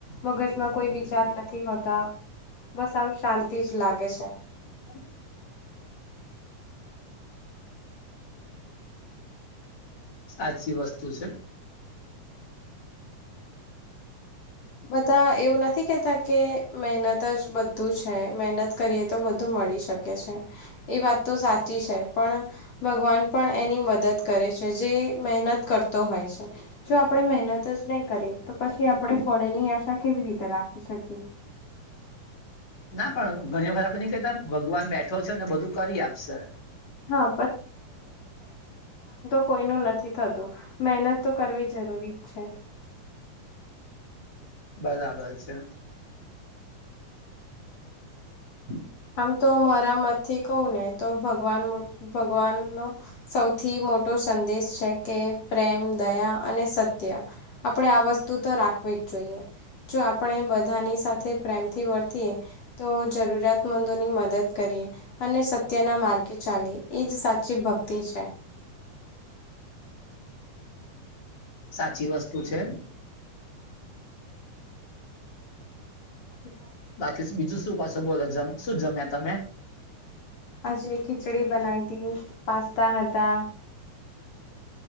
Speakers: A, on the left; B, on the left.
A: મગજમાં કોઈ વિચાર નથી તા બસ આમ શાંતિ જ લાગે છે
B: હ સાચી વસ્તુ છે
A: બધા એવું નથી કેતા કે મહેનત જ બધું છે મહેનત કરીએ તો બધું મળે હોઈ શકે છે એ વાત તો સાચી છે પણ ભગવાન પણ એની મદદ કરે છે જે મહેનત કરતો હોય છે જો આપણે મહેનત જ નહી કરીએ તો પછી આપણે પણ એની આશા કેવી રીતે રાખી શકી એ
B: ના પણ ઘણી વખત આપડે નહી કેતા ભગવાન બેઠો છે ને બધું કરી આપશે
A: હા કોઈ નું નથી થતું મેહનત તો કરવી જરૂરી છે
B: બરાબર છે હ
A: આમ તો મારા મતથી કહ ને તોગવા ભગવાન નો સૌથી મોટો સંદેશ છે કે પ્રેમ દયા અને સત્ય આપણે આ વસ્તુ તો રાખવી જ જોઈએ જો આપણે બધાની સાથે પ્રેમથી વર્તીએ તો જરૂરિયાત મંદોની મદદ કરી અને સત્યના માર્ગે ચાલી એ જ સાચી ભક્તિ છે
B: સાચી વસ્તુ છે
A: હ
B: બાકી બીજું શું કશો બોલો શું જમ્યા તમે
A: જે ખીચડી બનાઈ હતી પાસ્તા હતા